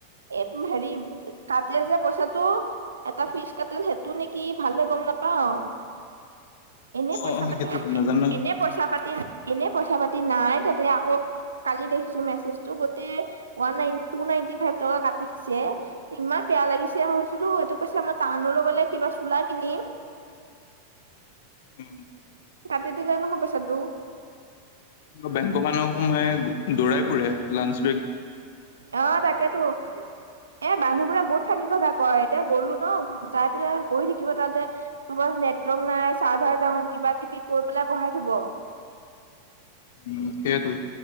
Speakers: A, on the right; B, on the left.
A: এই হেৰি কাটে যে পইচাটো এটা ফিচ কাটেল সেইটো নেকি ভালদৰে গম নাপাও এনে পইচা
B: অ',
A: পাতি
B: সেইটোতো নাজানো নহয়।
A: এনে পইচা পাতি এনে কথা পাতি নাই তাতে আকৌ কালি দেখিছো মেছেজটো গোটেই
B: <inaudible>
A: ওৱান ননট টু নাইনটি ফাইভ টকা কাটি দিছে ইমান বেয়া লাগিছে মই ভাবিছিলো এইটো পইচা মই টাউনত গলে কিবা চোলা কিনিম
B: উম
A: কাটি দিলে নহয় পইচাটো
B: বেংকৰ মানুহক সোমায় দৌৰাই ফুৰে লাঞ্জ
A: অহ তাকেতো এ বানুহ বোৰে বহুত থাকি কথা কয় এতিয়া গলো ন যাই পেলাই বহি থাকিব তাতে নেটৱৰ্ক নাই চাৰ্ভাৰ ডাউন কিবা কিবি কৈ পেলাই বঢ়াই থব
B: উম সেইটো